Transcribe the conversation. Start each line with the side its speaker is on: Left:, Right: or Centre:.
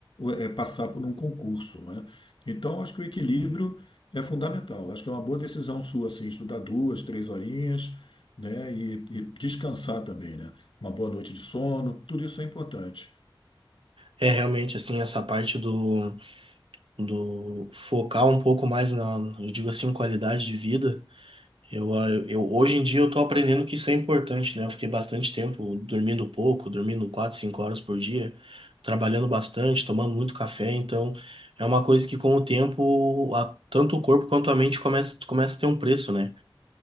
Left: é, passar por um concurso, né? Então, acho que o equilíbrio é fundamental. Acho que é uma boa decisão sua, assim, estudar duas, três horinhas, né? E, e descansar também, né? Uma boa noite de sono, tudo isso é importante.
Right: É realmente assim, essa parte do, do focar um pouco mais na, eu digo assim, qualidade de vida. Eu, ah, eu, hoje em dia eu tô aprendendo que isso é importante, né? Eu fiquei bastante tempo dormindo pouco, dormindo quatro, cinco horas por dia, trabalhando bastante, tomando muito café, então é uma coisa que com o tempo, a- tanto o corpo quanto a mente começa, começa a ter um preço, né?